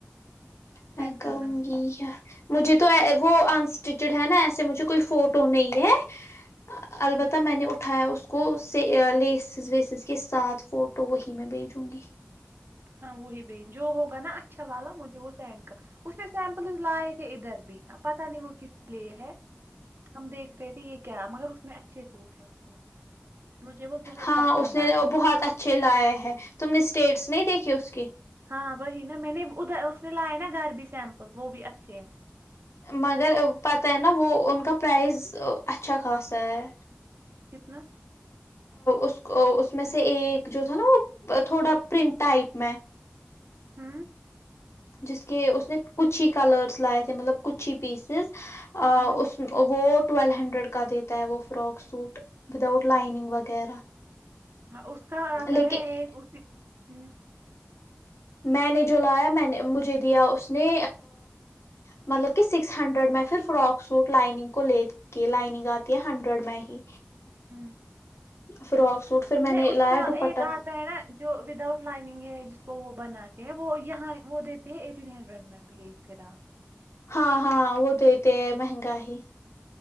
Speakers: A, on the left (about 85°); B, on the right (about 55°).
A: میں
B: سینڈ
A: کروں
B: کرنا مجھے
A: گی مجھے تو وہ انسٹیچڈ ہے نا ایسے مجھے کوئی فوٹو نہیں ہے <unintelligible> البتہ
B: ہوں
A: میں نے اٹھایا اس <unintelligible> اس کو لیسز ویسز کے ساتھ فوٹو وہی میں بھیجوں گی <unintelligible>
B: ہاں وہی ب جو ہوگا نا اچھا والا مجھ <unintelligible> وہ سینڈ کا اس نے سیمپلز لائے تھے ادھر بھی <unintelligible> پتاہ نہیں وہکس <unintelligible> لیے ہے ہم دیکھ <unintelligible> د رہے تے یہ کیا مگر اس میں اچھے سوٹ ہے اس <unintelligible> مجھے وہ بہت
A: ہاں
B: پسند
A: اس نے
B: آئے
A: بہت اچھے لائے ہے تم نے اسٹیٹس نہیں دیکھی اس کی
B: ہاں وہی نا میں نے ادھر اس نے لایا نا گھر بھی سیمپل وہ بھی اچھے ہیں <unintelligible>
A: مگر پتہ ہے نا وہ ان کا پرائز اچھا خاصا ہے
B: کتنا <unintelligible>
A: اس اس میں سے ایک جو تھا نا وہ تھوڑا پرنٹ ٹائپ میں
B: ہاں <unintelligible>
A: جس کے اس نے کچھ ہی کلرس لائے تھے مطلب کچھ ہی پیسز ا
B: ہوں
A: اس وہ ٹویل ہنڈریڈ کا دیتا ہے وہ فراک سوٹ وداؤٹ لائننگ وغیرہ
B: اس کا آتا
A: لیکن
B: ہے ایک اسی <unintelligible> ہوں <unintelligible>
A: میں نے جو لایا میں نے مجھے دیا اس نے مطلب کہ سکس ہنڈریڈ میں پھر فراک سوٹ لائننگ کو لے کے لائننگ آتی ہے ہنڈریڈ میں ہی
B: ہ
A: فراک سوٹ پھر میں
B: نہیں
A: نے
B: اس
A: لایا
B: کا
A: دوپٹہ
B: ایک آتا ہے نا جو وداؤٹ لائن <unintelligible> جس کو وہ بنا کے وہ یہاں وہ دیتے ہیں ایٹین ہینڈرین میں بھی ایک فراق <unintelligible>
A: ہاں ہاں وہ دیتے مہنگا ہی